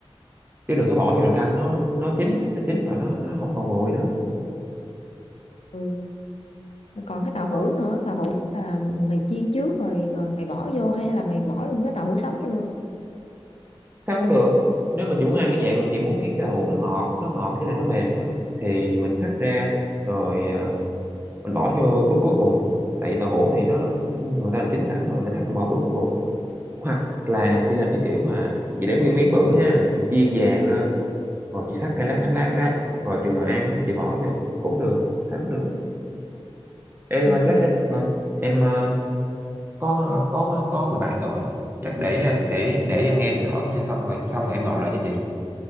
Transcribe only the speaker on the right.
chứ đừng có bỏ vô là canh nó nó chín nó chín rồi nó nó không còn mùi nữa
ừ
sao cũng được nếu mà chị muốn ăn cái dạng mà chị muốn cái cái đậu hũ nó ngọt nó ngọt với lại nó mềm á thì mình xắt ra rồi à, mình bỏ vô bước cuối cùng tại vì đậu hũ thì nó người ta làm chín sẵn rồi mình xắt mình bỏ bước cuối cùng hoặc là chị làm cái kiểu mà chị để nguyên miếng bự ha chị chiên vàng lên rồi chị xắt cái lát lát lát lát rồi chừng nào ăn á thì chị bỏ vô cũng được sao cũng được á ê
hoàng chết chết chết rồi em ờ, có có có người bạn gọi chắc để để để em nghe điện thoại cái nha xong rồi xong rồi em gọi lại cho chị